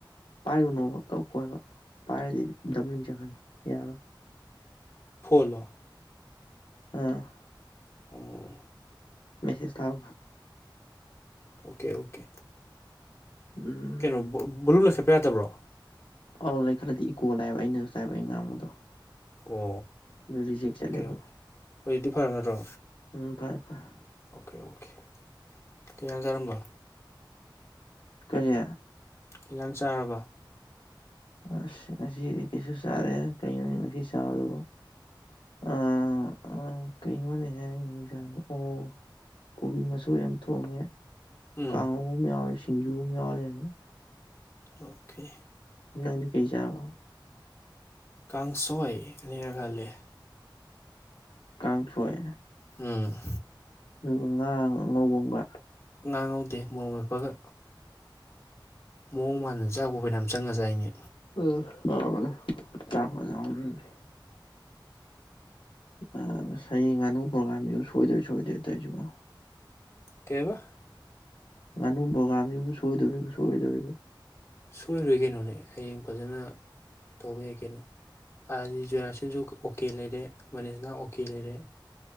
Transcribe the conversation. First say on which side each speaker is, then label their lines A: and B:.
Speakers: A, on the left; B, on the left.
A: ꯄꯥꯏꯔꯨꯅꯣꯕ ꯀꯛ ꯈꯣꯏꯕ ꯄꯥꯏꯔꯗꯤ ꯗꯕꯂꯤꯡ ꯆꯍꯟ ꯌꯥꯔꯣꯏ
B: ꯐꯣꯂꯣ
A: ꯑ
B: ꯑꯣ
A: ꯃꯦꯁꯦꯖ ꯊꯥꯎ
B: ꯑꯣꯀꯦ ꯑꯣꯀꯦ
A: ꯎꯝ
B: ꯀꯩꯅꯣ ꯕꯂꯨ ꯂꯩꯈꯠꯄ ꯌꯥꯗꯕ꯭ꯔꯣ
A: ꯑꯧ ꯂꯩ ꯈꯠꯂꯗꯤ ꯏꯀꯣꯜ ꯂꯥꯛꯑꯕ ꯑꯩꯅꯁꯨ ꯇꯥꯏꯕ ꯑꯩ ꯉꯥꯡꯕꯗꯣ
B: ꯑꯣ
A: ꯑꯗꯨ ꯔꯤꯖꯦꯛ
B: ꯑꯣꯀꯦ
A: ꯆꯠꯂꯦꯕ
B: ꯑꯣ ꯍꯧꯖꯤꯛꯇꯤ ꯐꯔꯕ ꯅꯠꯇ꯭ꯔꯣ
A: ꯎꯝ ꯐꯔꯦ ꯐꯔꯦ
B: ꯑꯣꯀꯦ ꯑꯣꯀꯦ ꯀꯩꯖꯥꯡ ꯆꯥꯔꯝꯕ
A: ꯀꯔꯤ
B: ꯍꯤꯟꯖꯥꯡ ꯆꯥꯔꯕ
A: ꯑꯁ ꯉꯁꯤꯗꯤ ꯀꯩꯁꯨ ꯆꯥꯔꯦ ꯀꯩꯅꯣ ꯉꯁꯤ ꯆꯕꯗꯣ ꯑ ꯑꯪ ꯀꯩꯅꯣꯅꯦꯍꯦ ꯑꯩ ꯉꯁꯥꯏ ꯆꯥꯕꯗꯣ ꯑꯣ ꯀꯣꯕꯤ ꯃꯆꯣꯏ ꯌꯥꯝ ꯊꯣꯡꯉꯦ
B: ꯎꯝ
A: ꯀꯥꯡꯉꯧ ꯑꯃ ꯌꯥꯎꯔꯦ ꯁꯤꯡꯖꯨ ꯑꯃ ꯌꯥꯎꯔꯂꯦꯅ
B: ꯑꯣꯀꯦ
A: ꯎ ꯅꯪꯗꯤ ꯀꯩ ꯆꯥꯔꯕ
B: ꯀꯥꯡꯁꯣꯏ ꯑ ꯅꯥꯒꯥꯂꯦ
A: ꯀꯥꯡꯁꯣꯏ
B: ꯎꯝ
A: ꯑꯗꯨꯒ ꯉꯥ ꯉꯧꯕꯝꯒ
B: ꯉꯥ ꯉꯧꯗꯦ ꯃꯣꯔꯣꯛ ꯃꯦꯠꯄꯒ ꯃꯑꯣꯡ ꯃꯥꯟꯗꯅ ꯆꯥꯛꯕꯨ ꯐꯩꯅꯥꯝ ꯆꯪꯉ ꯆꯥꯏꯅꯦ
A: <unintelligible> ꯑꯥꯁ ꯍꯌꯦꯡ ꯉꯥꯅꯨ ꯄ꯭ꯔꯣꯒꯥꯝꯁꯤꯁꯨ ꯁꯣꯏꯗꯣꯏ ꯁꯣꯏꯗꯣꯏ ꯇꯧꯖꯤꯕ
B: ꯀꯩꯕ
A: ꯉꯥꯅꯨ ꯄꯔꯣꯒꯥꯝꯁꯤꯕꯨ ꯁꯣꯏꯗꯣꯔꯤꯕ ꯁꯣꯏꯗꯣꯔꯤꯕ
B: ꯁꯣꯏꯔꯣꯏ ꯀꯩꯅꯣꯅꯦ ꯍꯌꯦꯡ ꯐꯖꯅ ꯇꯧꯕ ꯌꯥꯏ ꯀꯩꯅꯣ ꯑꯗꯨꯗꯤ ꯖꯣꯏꯔꯥꯁꯤꯖꯄ ꯑꯣꯀꯦ ꯂꯩꯔꯦ ꯃꯅꯤꯁꯅꯥ ꯑꯣꯀꯦ ꯂꯩꯔꯦ